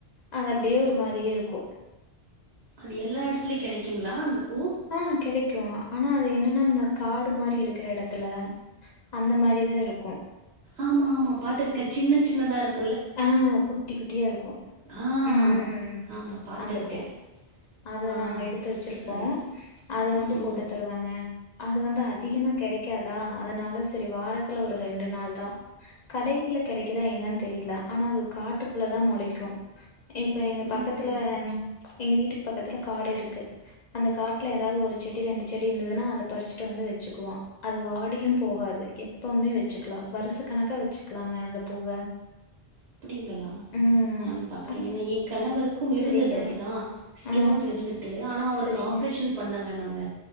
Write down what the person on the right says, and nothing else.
அது எல்லா இடத்துலயு கெடைக்குங்ளா அந்த பூ
ஆமா ஆமா பாத்துருக்கே சின்ன சின்னதா இருக்
ஆ
ஆமாம் பார்த்துருக்கேன்
ஆ
சரி
ம்
ம்
ம்
அப்டிங்களா
நானு பாக்குறே
ஏன்னா எ கணவருக்கு வுங்க இருந்தது
அப்டிதா ஸ்டோன்
இருந்துட்டு ஆனா அவருக்கு
ஆப்ரேஷன் பண்ணுங்கனாங்க